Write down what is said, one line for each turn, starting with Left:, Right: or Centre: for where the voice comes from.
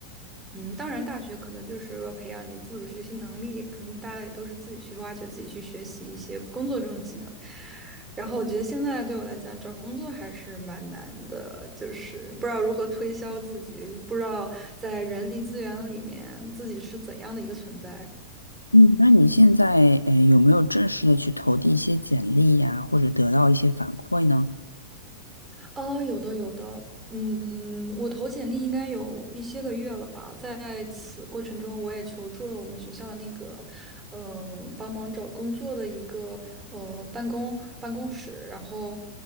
Right: 嗯，当然，大学可能就是要培养你自主学习能力，可能大家也都是自己去挖掘、自己去学习一些工作中的技能。然后我觉得现在对我来讲，找工作还是蛮难的，就是不知道如何推销自己，不知道在人力资源里面自己是怎样的一个存在。
Left: 嗯，那你现在呃有没有正式的去投递一些简历呀，或者得到一些反馈呢？
Right: 啊，有的有的，嗯，我投简历应该有一些个月了吧，在此过程中，我也求助了我们学校的那个，嗯、帮忙找工作的一个，嗯，办公办公室，然后，